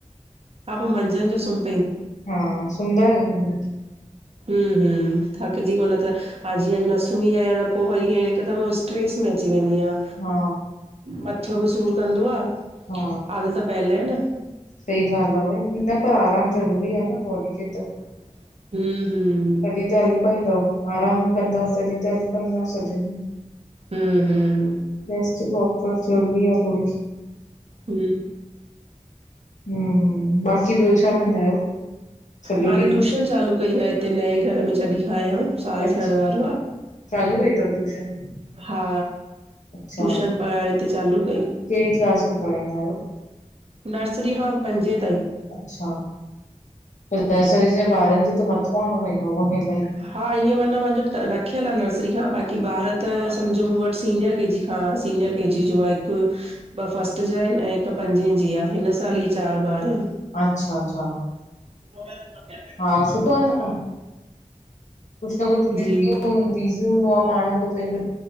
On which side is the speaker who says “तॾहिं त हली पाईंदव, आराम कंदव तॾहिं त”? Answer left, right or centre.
Left